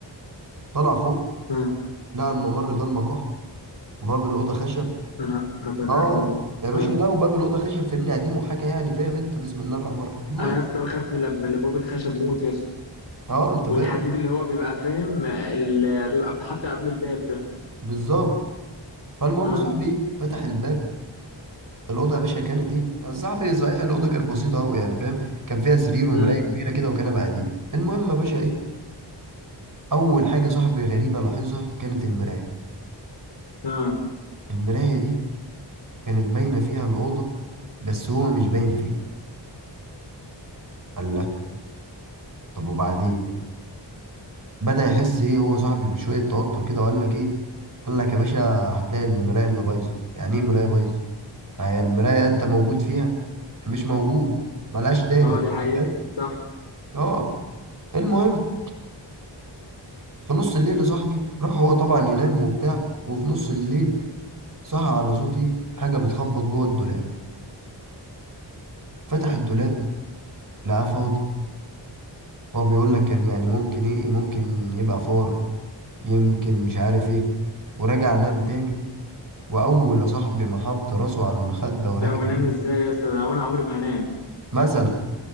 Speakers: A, on the right (about 45°); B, on the left (about 85°).
A: طلع فوق
B: اه
A: لقى الممر ده المكح وباب الاوضه خشب
B: انا هربت
A: اه
B: على الرعب
A: يا باشا
B: آه.
A: لا وباب الاوضه خشب فاهمني قديم وحاجه يعني فاهم انت بسم الله الرحمن الرحيم المهم
B: انا يا اسطى بخاف من لما اللي باب الخشب موت يا اسطى
A: اه انت فاهم
B: والحديد اللي هو بيبقى فاهم اللي بيبقى بيتحط قبل الباب ده
A: بالظبط فالمهم
B: اه
A: صاحبي ايه فتح الباب الاوضه يا باشا كانت ايه صاحبي صحيح الاوضه كانت بسيطه قوي يعني فاهم كان فيها سرير ومرايه
B: امم
A: كبيره كده وكنبه قديم المهم يا باشا ايه اول حاجه صاحبي غريبه لاحظها كانت المرايه
B: اه
A: المرايه دي كانت باينه فيها الاوضه بس هو مش باين فيها قال لا طب وبعدين بدأ يحس ايه هو صاحبي بشوية توتر كده وقال لك ايه قال لك يا باشا هتلاقي المراية اللي بايظة يعني ايه مراية بايظة ما هي المراية انت موجود فيها مش موجود ملهاش تالت
B: اه دي حقيقة
A: فاهم
B: صح
A: اه المهم في نص الليل يا صاحبي راح هو طبعا ينام وبتاع وفي نص الليل صحى على صوت ايه حاجة بتخبط جوه الدولاب فتح الدولاب لقاه فاضي هو بيقول لك كان يعني ممكن ايه ممكن يبقى فار يمكن مش عارف ايه وراجع نام تاني واول يا صاحبي ما حط راسه على المخده ورجع
B: لا ونام
A: لبيته-
B: ازاي يا اسطى لو انا عمري ما هنام
A: مثلا